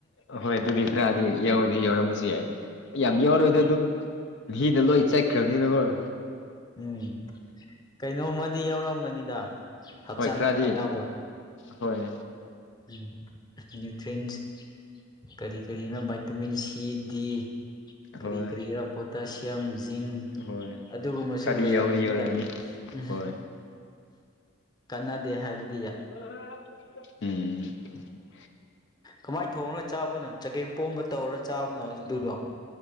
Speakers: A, on the left; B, on the left.
A: ꯑ ꯍꯣꯏ ꯑꯗꯨꯗꯤ ꯈꯔꯗꯤ ꯌꯥꯎꯔꯗꯤ ꯌꯥꯎꯔꯝꯕꯁꯨ ꯌꯥꯏ ꯌꯥꯝ ꯌꯥꯎꯔꯣꯏꯗ ꯑꯗꯨ ꯍꯗ ꯂꯣꯏ ꯆꯠꯈ꯭ꯔꯕꯅꯤꯅꯈꯣꯏ
B: ꯎꯝ ꯀꯩꯅꯣꯝꯃꯗꯤ ꯌꯥꯎꯔꯝꯒꯅꯤꯗ ꯍꯛꯆꯥꯡꯗ
A: ꯍꯣꯏ ꯈꯔꯗꯤ
B: ꯀꯥꯟꯅꯕ
A: ꯍꯣꯏ
B: ꯎꯝ ꯅ꯭ꯌꯨꯇ꯭꯭ꯔꯔꯤꯟꯁ ꯀꯔꯤ ꯀꯔꯤꯅ ꯏꯇꯃꯤꯟ ꯁꯤ ꯗꯤ ꯀꯔꯤ
A: ꯍꯣꯏ
B: ꯀꯔꯤꯒꯤꯔ ꯄꯣꯇꯥꯁꯤꯌꯝ ꯖꯤꯡ
A: ꯍꯣꯏ
B: ꯑꯗꯨꯒꯨꯝꯕ
A: ꯈꯔꯗꯤ
B: ꯁꯨ ꯂꯩꯔꯝꯒꯅꯤꯗ
A: ꯌꯧꯗꯤ ꯌꯧꯔꯝꯒꯅꯤ
B: ꯎ
A: ꯍꯣꯏ
B: ꯀꯅꯗꯦ ꯍꯥꯏꯕꯗꯨ
A: ꯎꯝ
B: ꯀꯃꯥꯏꯅ ꯊꯣꯡꯉꯒ ꯆꯥꯕꯅꯣ ꯆꯒꯦꯝ ꯄꯣꯝꯕ ꯇꯧꯔ ꯆꯥꯕꯅꯣ ꯑꯗꯨꯗꯣ